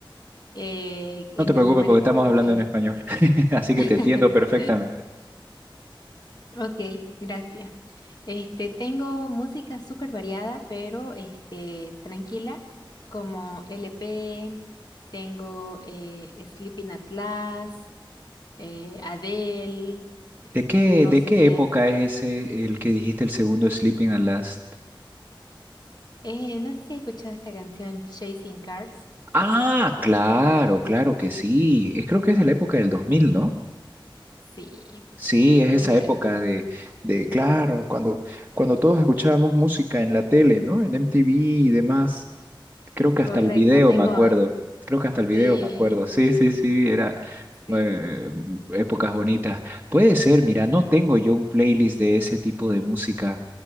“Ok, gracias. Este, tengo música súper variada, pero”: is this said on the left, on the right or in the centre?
Left